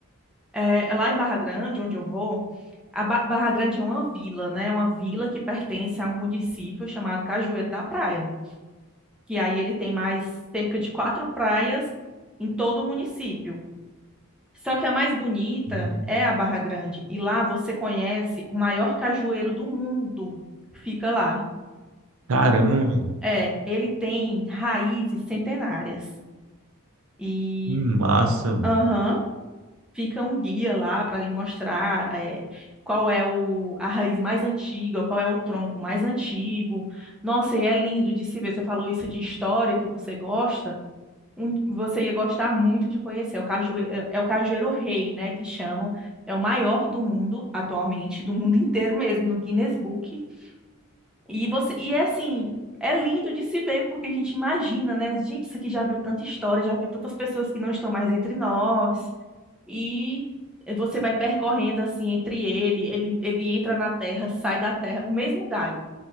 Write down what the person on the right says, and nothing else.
Hum,
Caramba,
que massa, mano.